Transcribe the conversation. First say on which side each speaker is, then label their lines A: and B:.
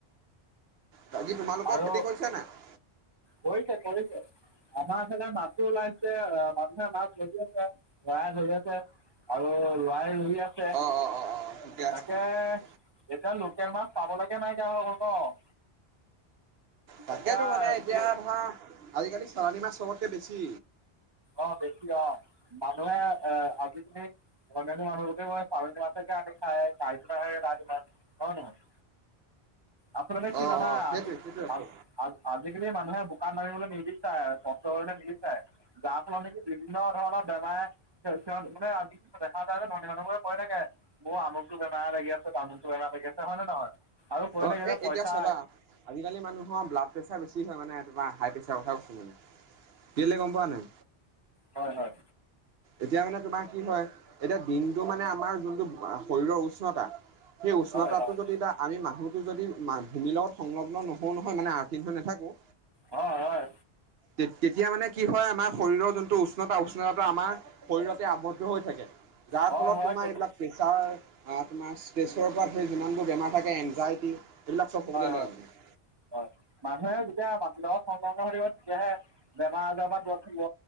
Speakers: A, on the right (about 65°); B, on the right (about 30°).
A: বাকী তোমালোকৰ
B: আৰু
A: খেতি কৰিছানে নাই?
B: কৰিছে কৰিছে। আমাৰ ফালে মাছো ওলাইছে আহ, মানুহে মাছ ধৰি আছে, ধৰাই ধৰি আছে। আৰু লোৱাই ধৰি আছে।
A: অ অ', অ', অ'।
B: তাকে
A: আছে ঠিকে আছে।
B: এতিয়া লোকেল মাছ পাবলৈকে নাইকিয়া হৈ গ'ল ন'?
A: তাকেতো
B: এতিয়া
A: মানে এতিয়া
B: কি
A: ধৰা আজিকালি চালানী মাছ চবতকে বেছি।
B: অ' বেছি অ' মানুহে এ, আজিকালি ধনী ধনী মানুহবোৰ চালনী মাছকে আনি খাই, চাৰিশ টকাকে আৰি মাছ হয় নে নহয়? আচলতে কি
A: অ',
B: জানা
A: অ', সেইটোৱে
B: আজি
A: সেইটোৱে আচল
B: আ-আ-আ আজিকালি মানুহে বোকাত নামিবলৈ নিবিচাৰে আৰু কষ্ট কৰিবলৈ নিবিচাৰে। যাৰ ফলত নেকি বিভিন্ন ধৰণৰ বেমাৰে <unintelligible> মানে আজি দেখা নাই, ধনী মানুহবোৰে কৈ থাকে। মোৰ আমুকটো বেমাৰ লাগি আছে, তামুকটো বেমাৰ লাগি আছে হয় নে নহয়? আৰু কৈ
A: অ'
B: থাকে
A: এ,
B: যে পইচা
A: এতিয়া চাবা আজিকালি মানুহৰ ব্লাড প্ৰেছাৰ বেছি হয় মানে তোমাৰ হাই প্ৰেছাৰৰ কথা কৈছোঁ মানে। কেলে গম পোৱা নাই?
B: হয় হয়।
A: এতিয়া মানে তোমাৰ কি হয়, এতিয়া দিনটো মানে আমাৰ যোনটো আ, শৰীৰৰ উষ্ণতা সেই উষ্ণতাটো
B: হয় হয়
A: যদি বা আমি মানুহটো যদি মা, ভূমিৰ লগত সংলগ্ন নহওঁ নহয় মানে, আৰ্থিং হৈ নাথাকোঁ
B: হয়, হয়।
A: তে-তেতিয়া মানে কি হয়, আমাৰ শৰীৰৰ যোনটো উষ্ণতা, উষ্ণতাটো আমাৰ শৰীৰতে আবদ্ধ হৈ থাকে। যাৰ
B: হয়
A: ফলত
B: হয়
A: তোমাৰ এইবিলাক প্ৰেছাৰ আ, তোমাৰ ষ্ট্ৰেছৰ পৰা ধৰি যিমানবোৰ বেমাৰ থাকে, এনজাইটি এইবিলাক চব হ'বলৈ লয়
B: হয়
A: আৰু মানে।
B: হয় মানুহে যেতিয়া মাটিৰ লগত সংলগ্ন হৈ থাকিব, তেতিয়াহে বেমাৰ-আজাৰ পৰা দুৰত থাকিব।